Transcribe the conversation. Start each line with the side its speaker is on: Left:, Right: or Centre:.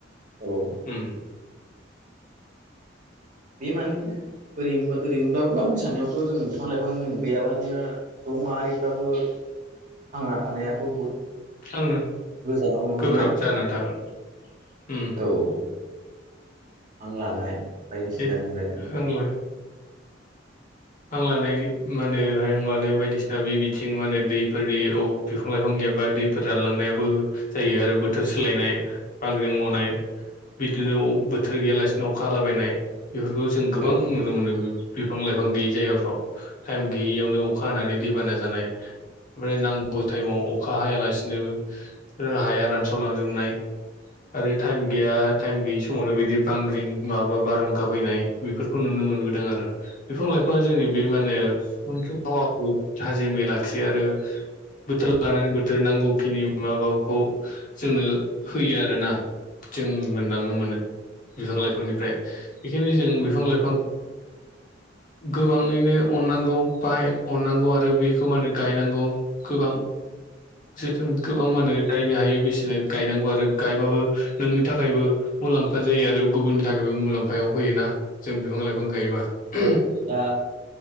Right: औ।
Left: उम
Right: बे मानो ओरैनोबा ओरैनो। अब्लाबो आंनि साननायावथ' जों बिफां लाइफां गैयाबानो सुबुं माहारिफ्राबो थांना थानायाथ' बुहुद
Left: आङो
Right: गोजानाव नुहुरोना
Left: गोब्राब जानानै थागोन उम
Right: औ। <inaudible> हां लानाय बायदिसिनानिफ्रायनो
Left: दे आंबो हां लानाय माने हाय हां लानाय बायदिसिना बे बिथिं माने दैफोरनि ओ बिफां लाइफां ग एबा दैफोर रानलांनायाबो जायो आरो बोथोर सोलायनाय बांग्रि मावनाय बिदिनो अ बोथोर गैयालासिनो अखा हालाबायनाय। बेफोरखौ जों गोबां
Right: औ
Left: नुनो मोनो बिफां लाइफां गैयै जायगाफ्राव टाइम गैयियावनो अखा हानानै दैबाना जानाय। ओमफ्राय नांगौ टाइमाव अखा हायालासिनोबो हाया रानसावलांजोबनाय। आरो टाइम गैया टाइम गैस समावनो बिदि बांग्रिं माबा बारहुंखा फैनाय बेफोरखौ नुनो मोनबोदों आरो बिफोर जोंनि बे माने <unintelligible> थाजिमै लाखियो आरो बोथोर लानानै बोथोर नांगौखिनि माबाफोरखौ जोंनो होयो आरोना। जों मोनदांनो मोनो बिफां लाइफांनिफ्राय बेखायनो जों बिफां लाइफां गोबाङैनो अननांगौ बाहाय अननांगौ आरो बेखौ मा होनो गायनांगौ गोबां जोथोन गोबां मानो जायो। नो हायो बिसिनो गायनांगौ आरो गायबाबो नोंनि थाखायबो मुलाम्फा जायो आरो गुबुननि थाखायबो मुलाम्फायाव फैयोना जों बिफां लाइफां गायोबा <unintelligible>
Right: औ दा